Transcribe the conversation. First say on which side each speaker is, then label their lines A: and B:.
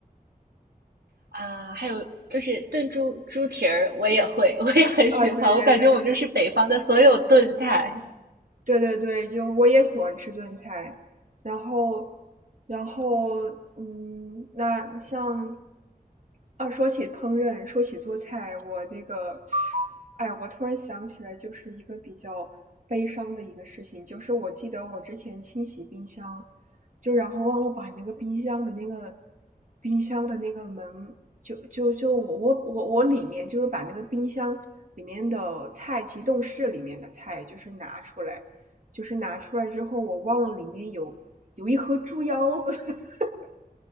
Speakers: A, on the right; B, on the right.
A: 啊，还有就是炖猪猪蹄儿，我也会，<laughs> 我也很喜欢。
B: 啊，对对
A: 我感觉我就是北方的所有炖菜。
B: 对对对，就我也喜欢吃炖菜，然后，然后，嗯，那像，啊，说起烹饪，说起做菜，我那个，哎呀，我突然想起来，就是一个比较悲伤的一个事情，就是我记得我之前清洗冰箱，就然后忘了把那个冰箱的那个冰箱的那个门，就就就我我我我里面就是把那个冰箱里面的菜，急冻室里面的菜，就是拿出来。就是拿出来之后，我忘了里面有有一盒猪腰子，<laughs>